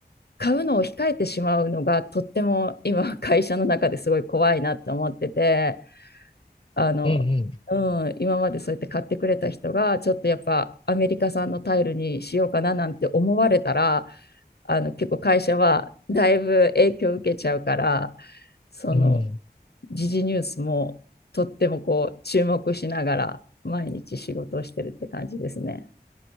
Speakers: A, on the left (about 70°); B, on the left (about 35°).
A: 買うのを控えてしまうのがとっても今会社の中ですごい怖いなって思ってて。あの、
B: うん
A: うん、今までそうやって買ってくれた人が、ちょっとやっぱアメリカ産のタイルにしようかななんて思われたら、あの、結構会社はだいぶ影響を受けちゃうから、その、
B: うん。うん
A: 時事ニュースもとってもこう注目しながら毎日仕事をしてるって感じですね。